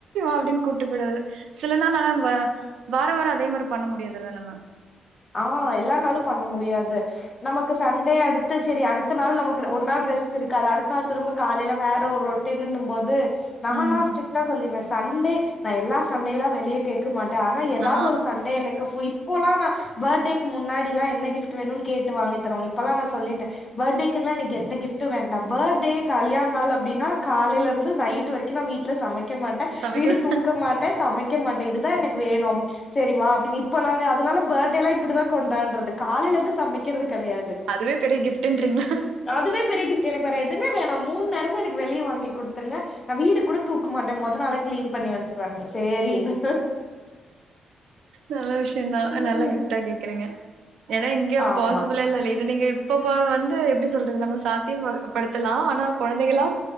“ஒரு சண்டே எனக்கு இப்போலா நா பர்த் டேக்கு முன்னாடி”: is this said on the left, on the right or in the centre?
Left